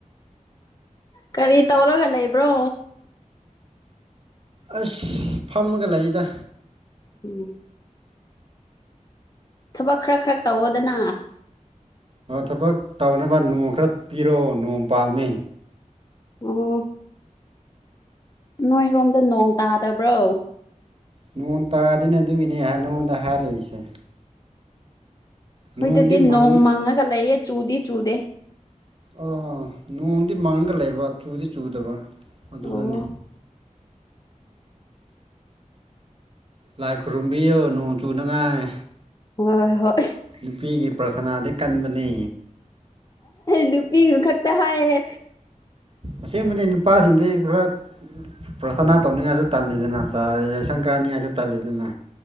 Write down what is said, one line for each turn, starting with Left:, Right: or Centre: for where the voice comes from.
Left: ꯀꯔꯤ ꯇꯧꯔꯒ ꯂꯩꯕ꯭ꯔꯣ
Right: ꯑꯁ ꯐꯝꯃꯒ ꯂꯩꯗ
Left: ꯎꯝ ꯊꯕꯛ ꯈꯔ ꯈꯔ ꯇꯧꯋꯣꯗꯅ
Right: ꯊꯕꯛ ꯇꯧꯅꯕ ꯅꯣꯡ ꯈꯔ ꯄꯤꯔꯛꯑꯣ ꯅꯣꯡ ꯄꯥꯝꯃꯦ
Left: ꯑꯣ ꯅꯣꯏꯔꯣꯝꯗ ꯅꯣꯡ ꯇꯥꯗꯕ꯭ꯔꯣ
Right: ꯅꯣꯡ ꯇꯥꯗꯅꯦ ꯑꯗꯨꯒꯤꯅꯦ ꯅꯪꯉꯣꯟꯗ ꯍꯥꯏꯔꯛꯏꯁꯦ
Left: ꯈꯣꯏꯗꯗꯤ
Right: ꯅꯣꯡꯗꯤ ꯃꯪ
Left: ꯅꯣꯡ ꯃꯪꯉꯒ ꯂꯩꯌꯦ ꯆꯨꯗꯤ ꯆꯨꯗꯦ
Right: ꯑꯣ ꯅꯣꯡꯗꯤ ꯃꯥꯡꯒ ꯂꯩꯕ ꯆꯨꯗꯤ ꯆꯨꯗꯕ ꯑꯗꯨꯗꯅꯤ
Left: ꯑꯣ
Right: ꯂꯥꯏ ꯈꯨꯔꯨꯝꯕꯤꯌꯨ ꯅꯣꯡ ꯆꯨꯅꯉꯥꯏ
Left: ꯍꯣꯏ ꯍꯣꯏ
Right: ꯅꯨꯄꯤꯒꯤ ꯄ꯭ꯔꯊꯅꯥꯗꯤ ꯀꯟꯕꯅꯦ
Left: ꯅꯨꯄꯤ ꯒ ꯈꯛꯇ ꯍꯥꯏꯍꯦ
Right: ꯑꯁꯦꯡꯕꯅꯦ ꯅꯨꯄꯥꯁꯤꯡꯗꯤ ꯈꯔ ꯄ꯭ꯔꯁꯅꯥ ꯇꯧꯅꯤꯡꯉꯥꯏꯁꯨ ꯇꯜꯂꯤꯗꯅ ꯆꯥꯔ ꯌꯥꯏꯁꯪ ꯀꯥꯅꯤꯡꯉꯥꯏꯁꯨ ꯇꯜꯂꯤꯗꯅ